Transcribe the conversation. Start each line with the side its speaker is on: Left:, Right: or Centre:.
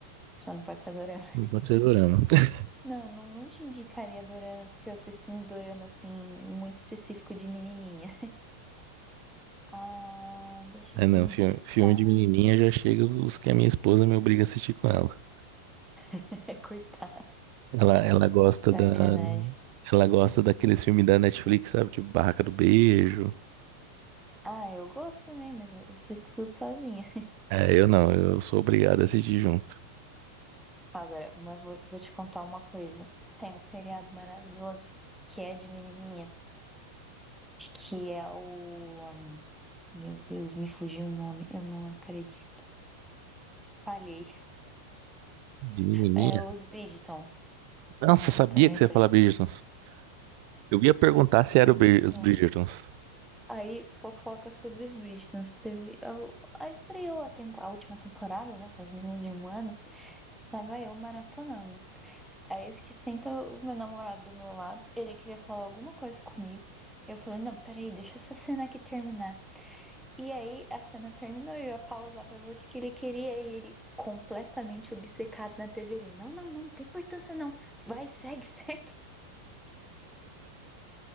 Centre: só não pode ser dorama.
Right: Não pode ser dorama. <laughs>
Centre: Não, não, não te indicaria dorama, porque eu assisto uns dorama, assim, muito específico de menininha. Ah, deixa
Right: Ah,
Centre: eu
Right: não,
Centre: pensar.
Right: filme, filme de menininha já chega os que a minha esposa me obriga a assistir com ela.
Centre: <laughs> É cortar.
Right: Ela, ela gosta
Centre: Sacanagem.
Right: da, ela gosta daqueles filmes da Netflix, sabe? Tipo Barraca do Beijo.
Centre: Ah, eu gosto também, mas eu assisto tudo sozinha.
Right: É, eu não, eu sou obrigado a assistir junto.
Centre: Agora, mas vou, vou te contar uma coisa. Tem um seriado maravilhoso que é de menininha. que é o. Meu Deus, me fugiu o nome, eu não acredito. Falhei.
Right: De menininha?
Centre: É os Bridgetons.
Right: Nossa,
Centre: Pronto,
Right: eu sabia
Centre: lembrei.
Right: que você ia falar Bridgertons. Eu ia perguntar se era o Brid- os
Centre: É.
Right: Bridgertons.
Centre: Aí fofoca sobre os Bridgetons. Teve, a, a estreou a, tempo, a última temporada, né? Faz menos de um ano. Estava eu maratonando. Aí esse que senta o meu namorado do meu lado, ele queria falar alguma coisa comigo. Eu falei, não, peraí, deixa essa cena aqui terminar. E aí a cena terminou e eu ia pausar pra ver o que que ele queria e ele completamente obcecado na TV. Ele, não, não, não, não tem importância não. Vai, segue, <laughs> segue.